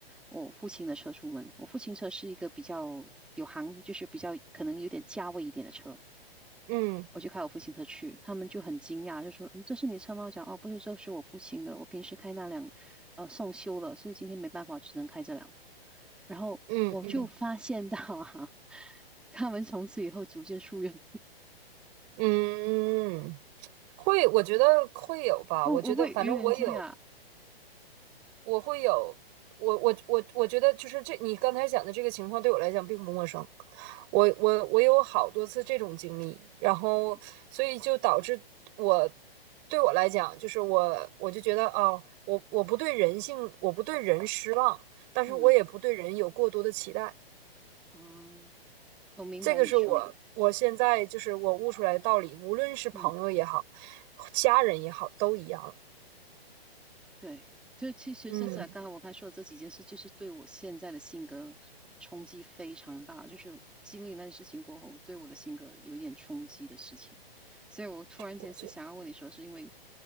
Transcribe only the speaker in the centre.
我父亲的车出门。我父亲车是一个比较有行，就是比较可能有点价位一点的车。
我就开我父亲车去，他们就很惊讶，就说：“嗯，这是你的车吗？”我讲：“哦，不是，这是我父亲的，我平时开那辆，呃，送修了，所以今天没办法，只能开这辆。”然后我就发现到啊，
<laughs> 他们从此以后逐渐疏远
我，
我会有点惊讶。
嗯
嗯嗯，我明白你说的，
嗯。
对，就其实这在刚才我刚才说的这几件事，
就是对我现在的性格冲击非常大。就是经历那件事情过后，对我的性格有一点冲击的事情，所以我突然间是想要问你说，
是因为，